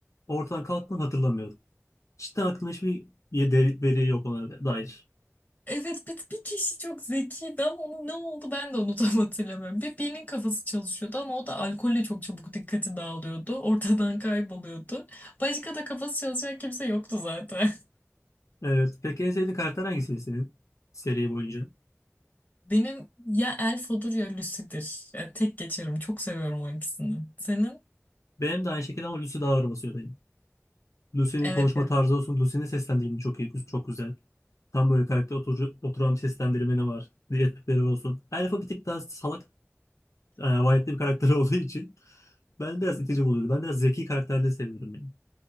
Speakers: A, on the left; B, on the left.
A: ortadan kalktığını hatırlamıyorum. Cidden aklımda hiçbir bir de- veri yok ona dair.
B: Evet bir, bir kişi çok zekiydi ama onun ne oldu ben de onu <laughs> tam hatırlamıyorum. Bir birinin kafası çalışıyordu ama o da alkolle çok çabuk dikkati dağılıyordu. Ortadan kayboluyordu. Başka da kafası çalışan kimse yoktu zaten.
A: Evet. Peki en sevdiğin karakter hangisiydi senin seri boyunca?
B: <laughs> Benim ya Elf olur ya Lucy'dir. Yani tek geçerim. Çok seviyorum o ikisini. Senin?
A: Benim de aynı şekilde ama Lucy daha ağır basıyor benim. Lucy'nin
B: Evet
A: konuşma
B: ya.
A: tarzı olsun. Lucy'nin seslendirimi çok iyi, çok güzel. Tam böyle karakter otur- oturan bir seslendirmeni var. Diyetleri olsun. Elf'a bir tık daha salak, e, vahitli bir karakter <laughs> olduğu için ben biraz itici buluyordum. Ben biraz zeki karakterleri seviyorum yani.